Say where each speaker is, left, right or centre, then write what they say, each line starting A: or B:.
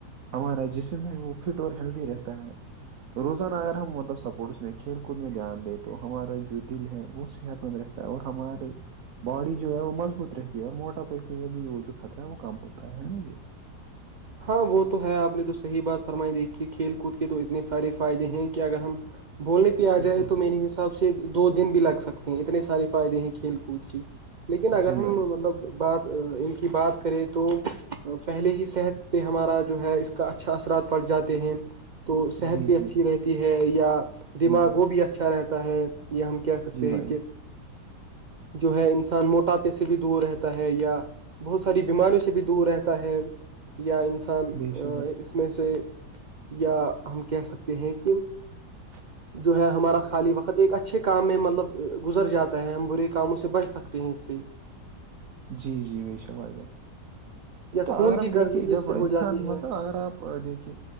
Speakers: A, on the right; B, on the right.
A: ہمارا جسم ہے وہ فٹ اور ہیلدی رہتا ہے روزانہ اگر ہم مطلب سپورٹس میں کھیل کود میں دھیان دیں تو ہمارا جو دل ہے وہ صحت مند رہتا اور ہمارے باڈی جو ہے وہ مضبوط رہتی ہے اور موٹا پی جو خطرہ ہے وہ کم ہوتا ہے نا جی
B: ہاں وہ تو ہے آپ نے تو صحیح بات فرمائی دیکھی کہ کھیل کود کے تو اتنے سارے فائدے ہیں کہ اگر ہم بولنے پہ آ جائے
A: جی
B: تو میرے حساب سے دو دن بھی لگ سکتے ہیں اتنے سارے فائدے ہیں کھیل کود کی لیکن اگر
A: جی
B: ہم
A: بھائی
B: مطلب بات ان کی بات کریں تو پہلے ہی صحت پہ ہمارا جو ہے اس کا اچھا اثرات پڑ جاتے ہیں تو
A: جان
B: صحت
A: جی
B: بھی اچھی
A: جی
B: رہتی ہے یا
A: جی
B: دماغ
A: بھائی
B: وہ بھی اچھا رہتا ہے ہم کہہ سکتے
A: جی بھائی
B: ہیں کہ جو ہے انسان موٹاپے سے بھی دور رہتا ہے یا بہت ساری بیماریوں سے بھی دور رہتا ہے یا انسان
A: بے
B: ا
A: شک بھائی
B: میں سے یا ہم کہہ سکتے ہیں کہ
A: <unintelligible>
B: جو ہے ہمارا خالی وقت ایک اچھے کام میں مطلب گزر جاتا ہے ہم برے کاموں سے بچ سکتے ہیں اس سے
A: جی جی بے شک وائی جان
B: یا
A: تو
B: خون
A: اگر ہم
B: کی
A: دیکھیے
B: گرزش بھی
A: جب
B: اس سے
A: انسان
B: ہو جاتی
A: مطلب
B: ہے
A: اگر آپ دے کے